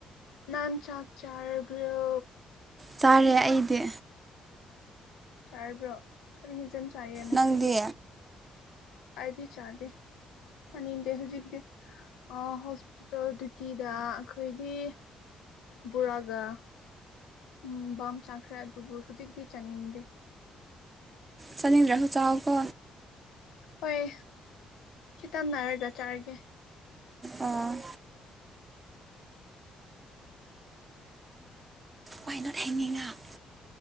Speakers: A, on the left; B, on the right.
A: ꯅꯪ ꯆꯥꯛ ꯆꯥꯔꯕ꯭ꯔꯣ
B: ꯆꯥꯔꯦ ꯑꯩꯗꯤ
A: ꯆꯥꯔꯕ꯭ꯔꯣ ꯀꯔꯤ ꯍꯦꯟꯖꯥꯡ ꯆꯥꯏꯌꯦ ꯉꯁꯤꯗꯤ
B: ꯅꯪꯗꯤ
A: ꯑꯩꯗꯤ ꯆꯥꯗꯦ ꯆꯥꯅꯤꯡꯗꯦ ꯍꯧꯖꯤꯛꯇꯤ ꯑ ꯍꯣꯁꯄꯤꯇꯥꯜ ꯗ꯭ꯌꯨꯇꯤꯗ ꯑꯩꯈꯣꯏꯒꯤ ꯕꯣꯔꯥꯒ ꯎꯝ ꯕꯥꯝ ꯆꯥꯈ꯭ꯔꯦ ꯑꯗꯨꯕꯨ ꯍꯧꯖꯤꯛꯇꯤ ꯆꯥꯅꯤꯡꯗꯦ
B: ꯆꯥꯅꯤꯡꯗ꯭ꯔꯁꯨ ꯆꯥꯎ ꯀꯣ
A: ꯍꯣꯏ ꯈꯤꯇꯪ ꯂꯩꯔꯒ ꯆꯥꯔꯒꯦ
B: ꯑꯣ ꯋꯥꯏ ꯅꯣꯠ ꯍꯦꯡꯒꯤꯡ ꯑꯞ